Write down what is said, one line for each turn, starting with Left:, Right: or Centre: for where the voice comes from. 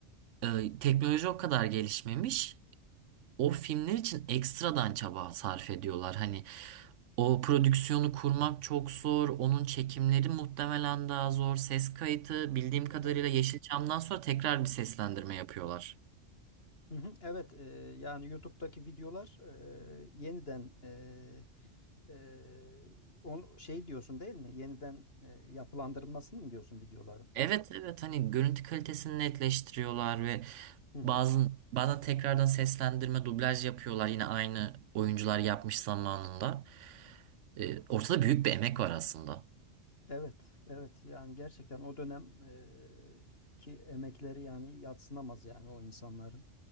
Right: e, teknoloji o kadar gelişmemiş. O filmler için ekstradan çaba sarf ediyorlar. Hani O prodüksiyonu kurmak çok zor. Onun çekimleri muhtemelen daha zor. Ses kayıtı bildiğim
Left: <laughs>
Right: kadarıyla
Left: Evet.
Right: Yeşilçam'dan sonra tekrar bir seslendirme yapıyorlar.
Left: Hı hı, Evet, e, yani YouTube'daki videolar e, yeniden e, e, on, şey diyorsun değil mi? Yeniden e, yapılandırılmasını mı diyorsun videoların?
Right: Evet evet hani görüntü kalitesini netleştiriyorlar ve
Left: Hı hı.
Right: bazı bazen tekrardan seslendirme dublaj yapıyorlar yine aynı oyuncular yapmış zamanında. Ee, ortada büyük bir emek var aslında.
Left: Evet, evet. Yani gerçekten o dönem e, ki emekleri yani yadsınamaz yani o insanların.